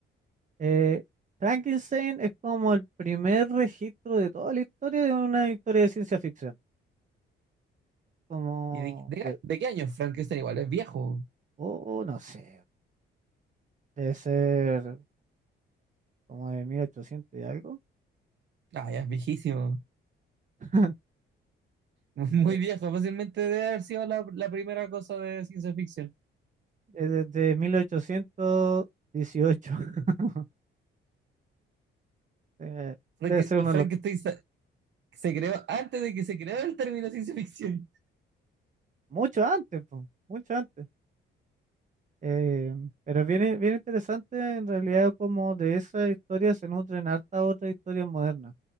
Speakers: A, on the right; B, on the right.
A: eh, Frankenstein es como el primer registro de toda la historia de una historia de ciencia ficción, como
B: ¿Y de, de,
A: de,
B: de qué año es Frankenstein? Igual es viejo.
A: oh, no sé, debe ser como de mil ochocientos y algo,
B: Ah, ya es viejísimo.
A: <laughs>
B: <laughs> Muy
A: de-
B: viejo, fácilmente debe haber sido la, la primera cosa de ciencia ficción.
A: es desde 1818, <laughs> eh,
B: Frank-
A: debe ser uno
B: Frankenstein
A: de los,
B: se creó antes de que se creara el término ciencia ficción.
A: mucho antes, po, mucho antes. Eh, pero es bien, bien interesante en realidad como de esa historia se nutren hartas otras historias modernas